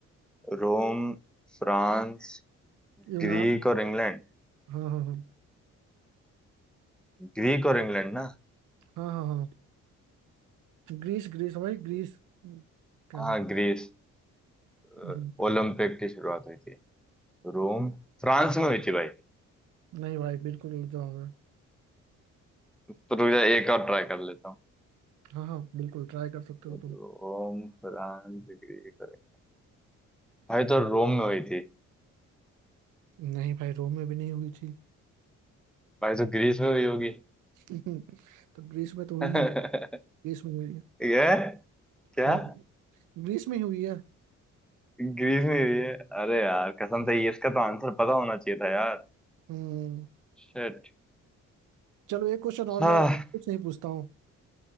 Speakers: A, in the centre; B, on the right (about 85°).
A: रोम फ्रांस
B: यूनान
A: ग्रीक और इंग्लैंड
B: हाँ हाँ हाँ
A: ग्रीक और इंग्लैंड ना
B: हाँ हाँ हाँ ग्रीस ग्रीस भाई ग्रीस कह
A: हाँ
B: लो
A: ग्रीस
B: हम्म,
A: अ, ओलंपिक की शुरुआत हुई थी रोम फ्रांस में हुई थी भाई
B: नहीं भाई बिल्कुल गलत जवाब है
A: तो रुक जा एक और ट्राई कर लेता हूँ
B: हाँ हाँ बिल्कुल ट्राई कर सकते हो
A: तो
B: तुम
A: रोम फ्रांस ग्रीस अरे भाई तो रोम में हुई थी
B: नहीं भाई रोम में भी नहीं हुई थी
A: भाई तो ग्रीस में हुई होगी
B: <laughs> तो ग्रीस में तो हुई
A: <laughs>
B: ग्रीस में हुई है
A: ये क्या
B: हाँ ग्रीस में ही हुई है
A: ग्रीस में हुई है अरे यार कसम से ये इसका तो आंसर पता होना चाहिए था यार
B: हम्म
A: शिट
B: चलो एक क्वेश्चन और
A: हाँ
B: मैं कुछ नहीं पूछता हूँ